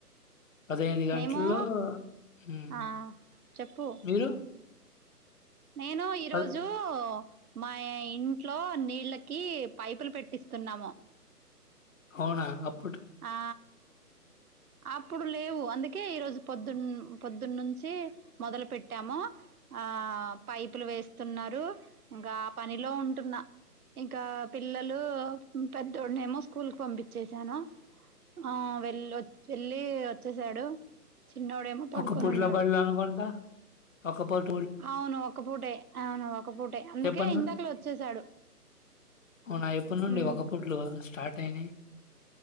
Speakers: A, on the left; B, on the right.
A: పదహైదు గంటల్లో
B: మేమూ
A: ఉమ్
B: ఆ చెప్పూ.
A: మీరు
B: నేనూ ఈరోజూ
A: ప
B: మా ఇంట్లో నీళ్ళకీ పైపులు పెట్టిస్తున్నాము.
A: అవునా అప్
B: ఆ అప్పుడు లేవు అందుకే ఈరోజు పొద్దున్న పొద్ పోదున్ నుంచీ మొదలు పెట్టామూ, ఆ పైపులు వేస్తున్నారూ ఇంకా పనిలో ఉంటున్న. ఇంకా పిల్లలూ పెద్దోడినేమో స్కూల్కి పంపిచ్చేశాను. ఆ వె వెళొచ్ వెళ్ళీ వచ్చేసాడు. చిన్నోడేమో పడుకొని
A: ఒక పూట్ల
B: ఉన్నాడు
A: బడ్లు అనుకుంటా. ఒక పూట్
B: అవును ఒక పూటే. అవును ఒక పూటే అందుకే
A: ఎప్పడ్ నా.
B: ఇందాకలే వచ్చేసాడు
A: అవునా ఎప్పటి నుండి
B: మ్
A: ఒక ఫూట్లు స్టార్ట్ అయినయి.